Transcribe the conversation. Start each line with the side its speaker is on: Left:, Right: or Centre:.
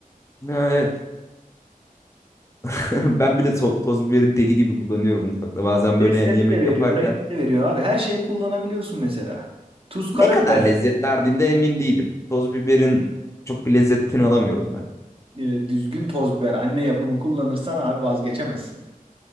Left: Ha, evet. <laughs> Ben bile to- toz biberi deli gibi kullanıyorum mutfakta. Bazen
Right: Ah, Lezzet
Left: böyle yani yemek
Right: de veriyor,
Left: yaparken
Right: renk de veriyor abi. Her şeye kullanabiliyorsun mesela. Tuz, karabiber
Left: ne kadar lezzet
Right: gibi.
Left: verdiğinde emin değilim. Toz biberin çok bir lezzetini alamıyorum ben.
Right: e, düzgün toz biber anne yapımı kullanırsan abi vazgeçemezsin.